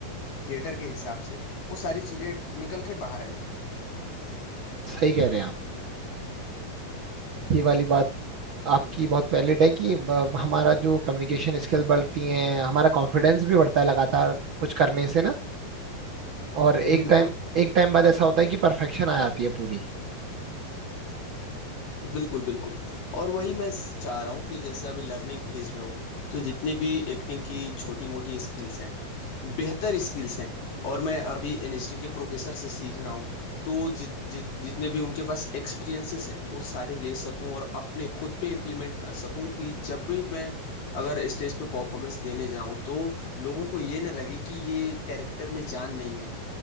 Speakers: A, on the left; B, on the right.
A: थिएटर के हिसाब से वो सारी चीजें निकल के बाहर आएंगी
B: सही कह रहे हैं आप ये वाली बात आपकी बहुत वैलिड है कि ब- हमारा जो कम्युनिकेशन स्किल बढ़ती है हमारा कॉन्फिडेंस भी बढ़ता है लगातार कुछ करने से ना और एक
A: बिल्कुल
B: टाइम एक टाइम बाद ऐसा होता है कि परफेक्शन आ जाती है पूरी
A: बिल्कुल, बिल्कुल। और वही मैं स चाह रहा हूँ कि जैसे अभी लर्निंग फेज़ में हूँ, तो जितनी भी एक्टिंग की छोटी-मोटी स्किल्स हैं, बेहतर स्किल्स हैं और मैं अभी एनएसडी के प्रोफ़ेसर से सीख रहा हूँ, तो जित जित जितने भी उनके पास एक्सपीरियंसेस हैं, वो सारे ले सकूँ और अपने खुद पे इम्प्लीमेंट कर सकूँ कि जब भी मैं अगर स्टेज पे परफ़ॉर्मेंस देने जाऊँ, तो लोगों को ये ना लगे कि ये कैरेक्टर में जान नहीं है।